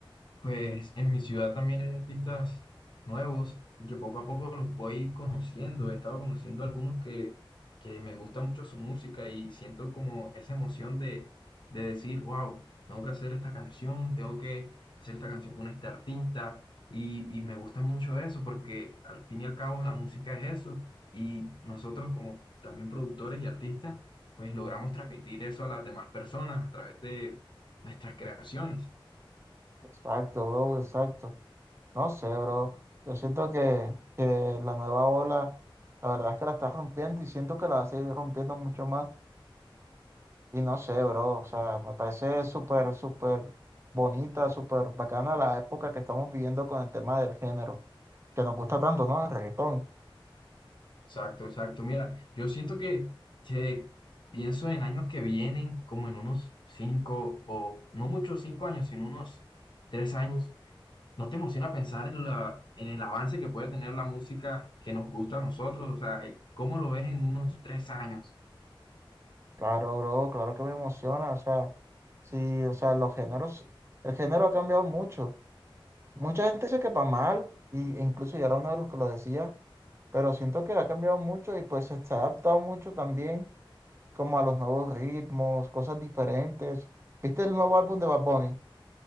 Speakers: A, on the left; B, on the right.
A: Pues en mi ciudad también hay artistas nuevos y que poco a poco los voy conociendo. He estado conociendo algunos que, que me gusta mucho su música y siento como esa emoción de, de decir, wow, tengo que hacer esta canción, tengo que hacer esta canción con este artista. Y, y me gusta mucho eso porque al fin y al cabo la música es eso. Y nosotros como también productores y artistas, pues logramos transmitir eso a las demás personas a través de nuestras creaciones.
B: Exacto, bro, exacto. No sé, bro. Yo siento que, que la nueva ola, la verdad es que la está rompiendo y siento que la va a seguir rompiendo mucho más Y no sé, bro, o sea, me parece súper, súper bonita, súper bacana la época que estamos viviendo con el tema del género, que nos gusta tanto, ¿no? El reggaetón.
A: Exacto, exacto. Mira, yo siento que si pienso en años que vienen, como en unos cinco o no muchos cinco años, sino unos tres años, ¿no te emociona pensar en la, en el avance que puede tener la música que nos gusta a nosotros? O sea, eh, ¿cómo lo ves en unos tres años?
B: Claro, bro, claro que me emociona, o sea, sí, o sea, los géneros, el género ha cambiado mucho. Mucha gente dice que para mal, y, e incluso yo era uno de los que lo decía, pero siento que ha cambiado mucho y pues se ha adaptado mucho también como a los nuevos ritmos, cosas diferentes. ¿Viste el nuevo álbum de Bad Bunny?